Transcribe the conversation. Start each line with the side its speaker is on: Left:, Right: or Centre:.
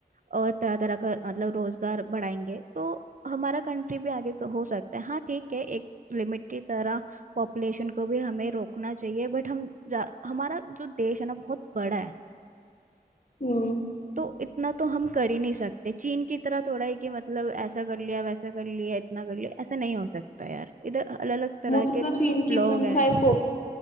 Right: और तरह तरह का मतलब रोजगार बढ़ाएंगे तो हमारा कंट्री भी आगे क- हो सकता है हाँ ठीक है एक लिमिट की तरह पॉपुलेशन को भी हमें रोकना चाहिए बट हम जा- हमारा जो देश है ना बहुत बड़ा है
Left: हम्म
Right: तो इतना तो हम कर ही नहीं सकते चीन की तरह थोड़ा है कि मतलब ऐसा कर लिया वैसा कर लिया इतना कर लिया ऐसा नहीं हो सकता यार इधर अलग अलग तरह
Left: मुझे
Right: के
Left: तो चीन
Right: लोग
Left: की वन
Right: हैं
Left: चाइल्ड